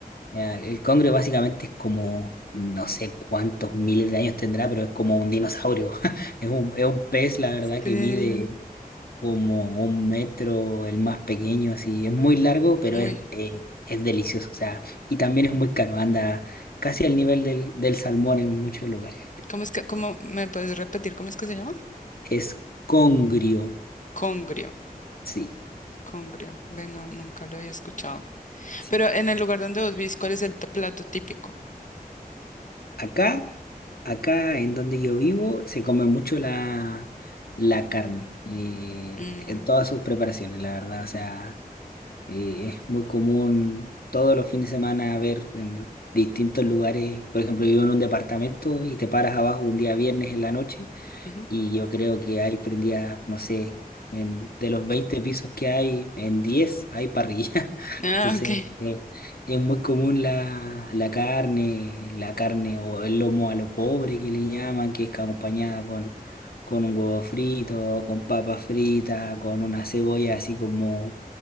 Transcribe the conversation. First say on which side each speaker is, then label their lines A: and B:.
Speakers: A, on the left; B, on the left.
A: Ya, El congrio básicamente es como, no sé cuántos miles de años tendrá, pero es como un dinosaurio. <laughs> Es un, es un pez, la verdad,
B: ¿En
A: que
B: serio?
A: mide como un metro, el más pequeño, así. Es muy largo, pero
B: Uy,
A: es, eh, es delicioso, o sea, y también es muy caro, anda casi al nivel del, del salmón en muchos lugares.
B: ¿cómo es que, cómo me puedes repetir cómo es que se llama?
A: Es congrio,
B: Congrio,
A: sí.
B: congrio. Bueno, nunca lo había escuchado.
A: sí.
B: Pero en el lugar donde vos vivís, ¿cuál es el t- plato típico?
A: Acá, acá en donde yo vivo, se come mucho la, la carne, eh,
B: Mm,
A: en todas sus preparaciones, la verdad, o sea. Eh, es muy común todos los fines de semana ver en distintos lugares. Por ejemplo, vivo en un departamento y te paras abajo un día viernes en la noche
B: ujú.
A: y yo creo que hay prendidas, no sé, en- de los 20 pisos que hay, en 10 hay parrilla. <laughs>
B: Ah,
A: Entonces,
B: ok.
A: eh, es muy común la, la carne, la carne o el lomo a lo pobre que le llaman, que es acompañada con, con un huevo frito, con papas fritas, con una cebolla así como